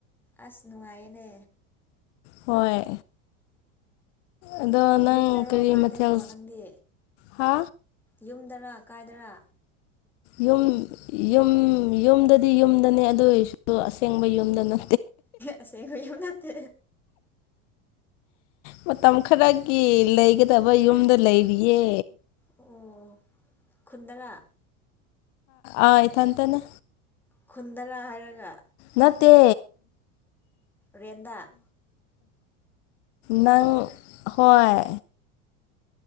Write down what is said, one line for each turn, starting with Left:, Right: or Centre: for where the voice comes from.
Centre: ꯑꯁ ꯅꯨꯡꯉꯥꯏꯅꯦ
Left: ꯍꯣꯏ ꯑꯗꯣ ꯅꯪ
Centre: ꯌꯨꯝꯗꯔꯣ
Left: ꯀꯔꯤ
Centre: ꯀꯥꯏꯗꯔꯣ
Left: ꯃꯊꯦꯜ
Centre: ꯅꯪꯗꯤ
Left: ꯍꯥ
Centre: ꯌꯨꯝꯗꯔ ꯀꯥꯏꯗꯅ
Left: ꯌꯨꯝ ꯌꯨꯝ ꯌꯨꯝꯗꯗꯤ ꯌꯨꯝꯗꯅꯦ ꯑꯗꯨ ꯑꯣꯏꯔꯁꯨ ꯑꯁꯦꯡꯕ ꯌꯨꯝꯗꯅ
Centre: ꯑꯁꯦ ꯌꯥꯝ ꯅꯠꯇ
Left: ꯃꯇꯝ ꯈꯔꯒꯤ ꯂꯩꯒꯗꯕ ꯌꯨꯝꯗ ꯂꯩꯔꯤꯌꯦ
Centre: ꯑꯣ ꯈꯨꯟꯗꯅ
Left: ꯑ ꯑꯊꯇꯅꯦ
Centre: ꯈꯨꯟꯗꯔꯥ ꯍꯥꯏꯔꯒ
Left: ꯅꯠꯇ
Centre: ꯔꯦꯟꯗꯥ
Left: ꯅꯪ ꯍꯣꯏ